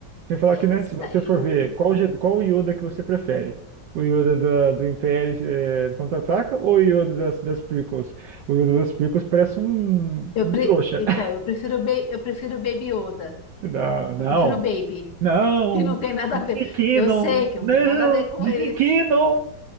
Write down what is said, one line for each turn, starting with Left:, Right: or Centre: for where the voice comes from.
Right: tem que falar
Left: é,
Right: que,
Left: desses
Right: né, se você
Left: daí,
Right: for
Left: eu,
Right: ver qual, Je- qual Yoda que você prefere, o Yoda da- do Império eh, Contra-Ataca ou o Yoda das, das prequels? O Yoda das prequels parece um,
Left: eu
Right: um
Left: pre-
Right: trouxa.
Left: então,
Right: <laughs>
Left: eu prefiro, o Ba- eu prefiro o Baby Yoda.
Right: Não, não,
Left: Eu prefiro o Baby.
Right: não,
Left: que não tem nada
Right: Disney
Left: a ver.
Right: Canon,
Left: Eu sei que não
Right: não,
Left: tem nada a ver com
Right: Disney
Left: esse.
Right: Canon,